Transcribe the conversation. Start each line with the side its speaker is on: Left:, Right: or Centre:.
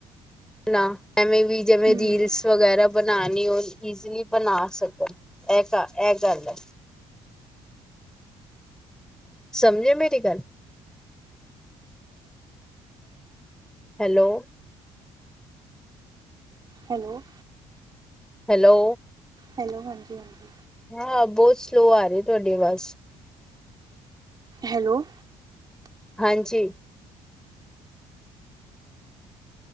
Centre: ਨਾ ਐਵੇਂ ਵੀ ਜਿਵੇਂ
Right: ਹੂੰ
Centre: ਦੀਲਸ ਵਗੈਰਾ ਬਣਾਣੀ ਉਹ ਈਜ਼ਲੀ ਬਣਾ ਸਕਣ ਐ ਇਹ ਗੱਲ ਹੈ ਸਮਝੇ ਮੇਰੀ ਗੱਲ ਹੈਲੋ
Right: ਹੈਲੋ
Centre: ਹੈਲੋ
Right: ਹੈਲੋ ਹਾਂਜੀ ਹਾਂਜੀ
Centre: ਹਾਂ ਬਹੁਤ ਸਲੋਅ ਆ ਰਹੀ ਤੁਹਾਡੀ ਆਵਾਜ
Right: ਹੈਲੋ
Centre: ਹਾਂਜੀ